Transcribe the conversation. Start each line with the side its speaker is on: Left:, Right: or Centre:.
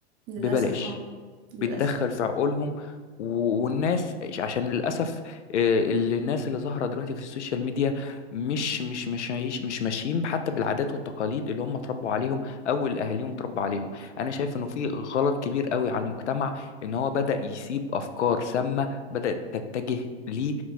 Right: للاسف
Left: ببلاش
Right: اه للاسف
Left: بتدخل في عقولهم و- والناس عشان للاسف آه، اللي الناس اللي ظاهره دلوقتي في السوشيال ميديا مش مش مش مش, مش ماشيين حتى بالعادات والتقاليد اللي هم اتربوا عليهم او اللي اهاليهم اتربوا عليهم انا شايف انه في غلط كبير قوي على المجتمع ان هو بدا يسيب افكار سامه بدات تتجه ليه